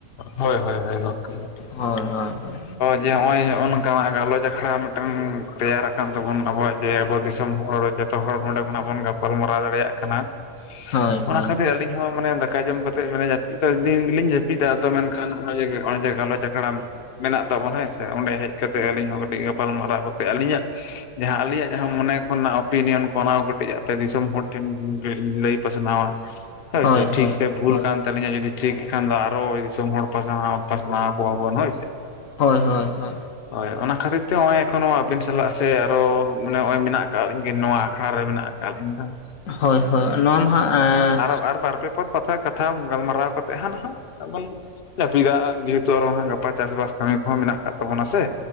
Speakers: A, on the left; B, on the left.
A: ᱦᱳᱭ ᱦᱳᱭ ᱦᱳᱭ ᱜᱚᱝᱠᱮ ᱾
B: ᱦᱳᱭ ᱦᱳᱭ ᱦᱳᱭ᱾
A: ᱡᱮ ᱱᱚᱜᱼᱚᱭ ᱱᱚᱜᱼᱚ ᱱᱚᱝᱠᱟᱱᱟᱜ ᱜᱟᱞᱚᱪ ᱟᱠᱷᱲᱟ ᱢᱤᱫᱴᱟᱝ ᱛᱮᱭᱟᱨ ᱟᱠᱟᱱ ᱛᱟᱵᱚᱱ ᱟᱵᱚᱣᱟᱜ ᱡᱮ ᱟᱵᱚ ᱫᱤᱥᱚᱢ ᱦᱚᱲ ᱡᱚᱛ ᱡᱚᱛᱚ ᱦᱚᱲ ᱱᱚᱰᱮ ᱠᱷᱚᱱᱟᱜ ᱵᱚᱱ ᱜᱟᱯᱟᱞᱢᱟᱨᱟᱣ ᱫᱟᱲᱮᱭᱟᱜ ᱠᱟᱱᱟ᱾
B: ᱦᱳᱭ
A: ᱚᱱᱟ
B: ᱦᱳᱭ
A: ᱠᱷᱟᱹᱛᱤᱨ ᱟᱞᱤᱧ ᱦᱚᱸ ᱢᱟᱱᱮ ᱫᱟᱠᱟ ᱡᱚᱢ ᱠᱟᱛᱮ ᱢᱟᱱᱮ ᱡᱟᱹᱯᱤᱫ ᱫᱟ ᱫᱤᱱ ᱜᱮᱞᱤᱧ ᱡᱟᱹᱯᱤᱫ ᱡᱟᱯᱤᱫᱟ ᱟᱫᱚ ᱢᱮᱱᱠᱷᱟᱱ ᱱᱚᱜ ᱱᱚᱜᱼ ᱡᱮ ᱜᱟᱞᱚᱪ ᱟᱠᱷᱲᱟ ᱢᱮᱱᱟᱜ ᱛᱟᱵᱚᱱᱟ ᱦᱮᱸ ᱥᱮ ᱚᱸᱰᱮ ᱦᱮᱡ ᱠᱟᱛᱮᱜ ᱟᱹᱞᱤᱧ ᱦᱚᱸ ᱠᱟᱹᱴᱤᱡ ᱜᱟᱯᱟᱞᱢᱟᱨᱟᱣ ᱠᱟᱛᱮᱫ ᱟᱹᱞᱤᱧᱟᱜ ᱡᱟᱦᱟᱸ ᱟᱹᱞᱤᱧᱟᱜ ᱡᱟᱦᱟᱸ ᱢᱚᱱᱮ ᱠᱷᱚᱱᱟᱜ ᱚᱯᱤᱱᱤᱭᱚᱱ ᱠᱚ ᱚᱱᱟ ᱠᱚ ᱠᱟᱹᱴᱤᱡ ᱟᱯᱮ ᱫᱤᱥᱚᱢ ᱦᱚᱲ ᱴᱷᱮᱱ ᱞᱟᱹᱭ ᱯᱟᱥᱱᱟᱣᱟ᱾
B: <unintelligible>
A: ᱦᱳᱭᱥᱮ
B: ᱦᱳᱭ
A: ᱴᱷᱤᱠ ᱥᱮ ᱵᱷᱩᱞ
B: ᱦᱳᱭ
A: ᱠᱟᱱ ᱛᱟᱞᱤᱧᱟ ᱡᱩᱫᱤ ᱴᱷᱤᱠ ᱠᱷᱟᱱ ᱫᱚ ᱟᱨ ᱦᱳᱭ ᱫᱤᱥᱚᱢ ᱦᱚᱲ ᱯᱟᱥᱱᱟᱣ ᱯᱟᱥᱱᱟᱣ ᱠᱚᱣᱟ ᱢᱟ ᱵᱚᱱ ᱦᱳᱭ ᱥᱮ᱾
B: ᱦᱳᱭ ᱦᱳᱭ ᱦᱳᱭ᱾
A: ᱦᱳᱭ ᱚᱱᱟ ᱠᱷᱟᱹᱛᱤᱨ ᱛᱮ ᱱᱚᱜᱼᱚᱭ ᱮᱠᱷᱚᱱᱳ ᱟᱹᱵᱤᱱ ᱥᱟᱞᱟᱜ ᱥᱮ ᱟᱨᱚ ᱥᱮ ᱱᱚᱜᱼᱚᱭ ᱢᱮᱱᱟᱜ ᱟᱠᱟᱫ ᱞᱤᱧ ᱱᱚᱣᱟ ᱟᱠᱷᱲᱟ ᱨᱮ ᱢᱮᱱᱟᱜ ᱟᱠᱟ ᱟᱞᱤᱧ ᱥᱟᱝ
B: ᱦᱳᱭ ᱦᱳᱭ ᱱᱚᱣᱟ ᱢᱟ ᱦᱟᱸᱜ
A: ᱟᱨ ᱟᱨ ᱵᱟᱨ ᱯᱮ ᱯᱚᱫ ᱠᱟᱛᱷᱟ ᱠᱟᱛᱷᱟ ᱜᱟᱞᱢᱟᱨᱟᱣ ᱠᱟᱛᱮᱜ ᱦᱟᱜ ᱢᱚᱱ ᱡᱟᱹᱯᱤᱫᱟᱜ ᱡᱮᱦᱮᱛᱩ ᱟᱨᱚ ᱜᱟᱯᱟ ᱪᱟᱥ-ᱵᱟᱥ ᱠᱟᱹᱢᱤ ᱠᱚᱦᱚᱸ ᱢᱮᱱᱟᱜ ᱟᱠᱟᱫ ᱛᱟᱵᱚᱱᱟ ᱥᱮ᱾